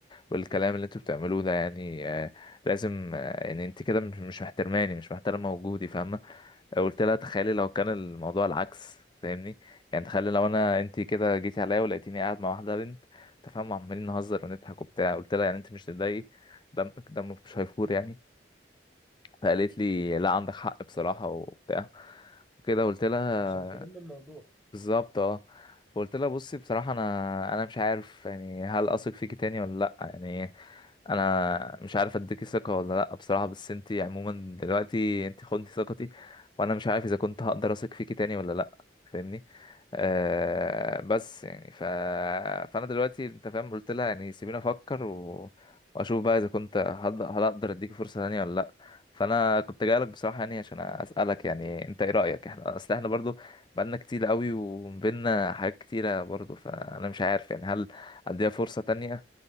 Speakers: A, on the left (about 25°); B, in the centre.
A: والكلام اللي انتوا بتعملوه ده يعني آه، لازم آه، يعني انت كده مش مش محترماني مش محترمة وجودي فاهمة قلت لها تخيلي لو كان الموضوع العكس فاهمني يعني تخيلي لو انا انت كده جيتي عليا ولقيتيني قاعد مع واحده بنت تفهم عمالين نهزر ونضحك وبتاع قلت لها يعني انت مش تضايقي دمك دمك مش هيفور يعني فقالت لي لا عندك حق بصراحه وبتاع وكده قلت لها
B: عشان تلم الموضوع
A: بالظبط اه فقلت لها بصي بصراحة انا انا مش عارف يعني هل اثق فيكي تاني ولا لا يعني انا مش عارف اديكي ثقة ولا لا بصراحة بس انتي عموما دلوقتي انتي خدتي ثقتي وانا مش عارف اذا كنت هقدر اثق فيكي تاني ولا لا فاهمني آه بس يعني ف... فانا دلوقتي انت فاهم قلت لها يعني سيبيني افكر و... واشوف بقى اذا كنت هقدر هل اقدر اديكي فرصة تانية ولا لا فانا كنت جاي لك بصراحه يعني عشان اسالك يعني انت ايه رايك احنا اصل احنا برضو بقالنا كتير قوي وبينا حاجات كتيرة برضو فأنا مش عارف يعني هل أديها فرصة تانية